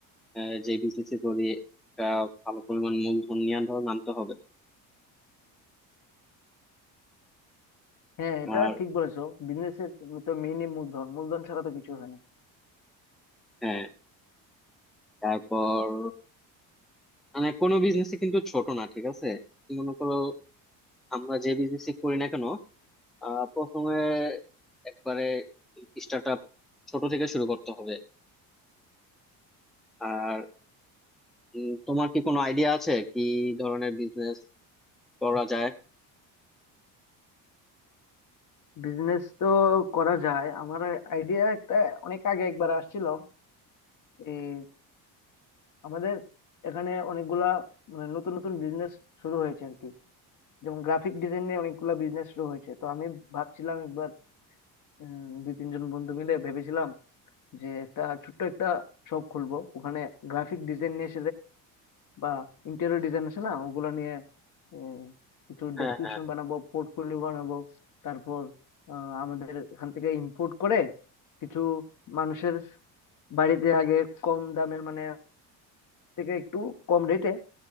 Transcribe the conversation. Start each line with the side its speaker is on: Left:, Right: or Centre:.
Centre: আহ, যে বিজনেস করি একটা ভালো পরিমাণ মূলধন নিয়ে ধরো নামতে হবে
Left: হ্যাঁ এটা
Centre: আর
Left: ঠিক বলেছো বিজনেসের তো মেইনই মূলধন মূলধন ছাড়া তো কিছু হয় না
Centre: হ্যাঁ তারপর মানে কোনো বিজনেসই কিন্তু ছোট না ঠিক আছে মনে করো আমরা যে বিজনেস করি না কেন আহ প্রথমে একবারে স্টার্ট আপ ছোট থেকে শুরু করতে হবে আর উম, তোমার কি কোনো আইডিয়া আছে কি ধরনের বিজনেস করা যায়
Left: বিজনেস তো করা যায় আমার আইডিয়া একটা অনেক আগে একবার আসছিল এই আমাদের এখানে অনেকগুলা মানে নতুন নতুন বিজনেস শুরু হয়েছে আর কি যেমন গ্রাফিক ডিজাইন নিয়ে অনেকগুলা বিজনেস শুরু হয়েছে তো আমি ভাবছিলাম একবার উম, দুই তিনজন বন্ধু মিলে ভেবেছিলাম যে একটা ছোট্ট একটা শপ খুলবো ওখানে গ্রাফিক ডিজাইন নিয়ে বা ইন্টেরিয়র ডিজাইন আছে না ওগুলো নিয়ে আহ, কিছু
Centre: হ্যাঁ
Left: ডেসক্রিপশন
Centre: হ্যাঁ
Left: বানাবো পোর্টফোলিও বানাবো তারপর আহ, আমাদের এখান থেকে ইম্পোর্ট করে কিছু মানুষের বাড়িতে আগে কম দামে মানে থেকে একটু কম রেটে